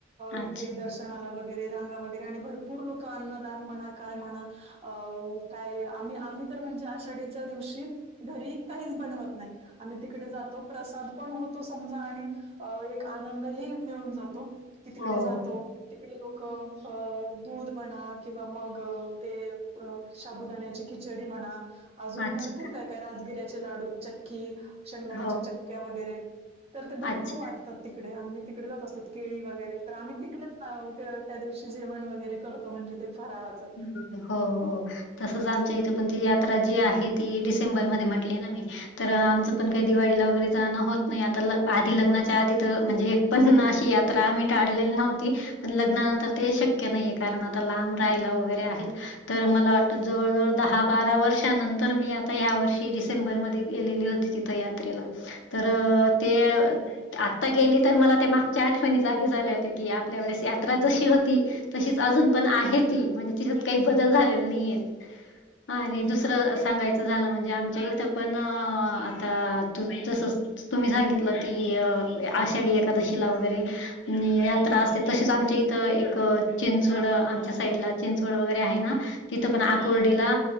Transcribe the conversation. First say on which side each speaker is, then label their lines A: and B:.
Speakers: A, on the left; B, on the right.
A: अच्छा.
B: इथे दर्श णाला वगैरे रांगा वगैरे आणि भरपूर लोक अ्दान म्हणा काय म्हणा अ काय आम्ही, आम्ही तर म्हणजे आषाढीच्या दिवशी घरी काहीच बनवत नाही. आम्ही तिकडे जातो प्रसाद पण होतो समजा आणि अ एक आनंदही मिळून जातो की तिकडे
A: हो.
B: जातो. तिकडे लोक अ दूध बणा, किंवा मग ते शाबुदान्याची खिचडी म्हणा अजून
A: अच्छा.
B: भरपूर काय-काय राजगिर्याचे लाडू, चक्की, शेंगाण्याच्या
A: हो.
B: चक्क्या वगैरे. तर ते भरपूर
A: अच्छा.
B: वाटतात तिकडे आम्ही तिकडे जात असतो केळी वगैरे तर आम्ही तिकडेच ना त्या दिवशी जेवण वगैरे करतो म्हणजे ते फराजक
A: हो हो तसच आमच्या इथे पण ती यात्रा जी आहे ती डिसेंबरमध्ये म्हटली ना मी तर आमचं पण काही दिवाळीला वगैरे जाणं होत नाही आता आधी लग्नाच्या आधी तर म्हणजे पण अशी यात्रा आम्ही काळलेली नव्हती. पण लग्नानंतर ते शक्य नाहीये कारण आता लांब राहायला वगैरे आहेत. तर मला वाटतं जवळ-जवळ दहा-बारा वर्षानंतर मी आता ह्या वर्षी डिसेंबरमध्येध्ये गेलेली होती तिथं यात्रेला, तर ते आत्ता गेली तर मला ते मागच्या आठवणी जागे झाले होते की आपल्या वळेस यात्रा जशी होती तशीच अजून पण आहे ती म्हणजे तिच्यात काही बदल झालेले नाहीयेत. आणि दुसरं सांगायचं झालं म्हणजे आमच्या इथं पण आता तसच तुम्ही सांगितलं की, क आषाढी एकादशीला वगैरे यात्रा असते. तशीच आमच्या इथं एक चिंचवड, आमच्या साईडला चिंचवड वगैरे आहे ना. तिथं पण आकोर्डीला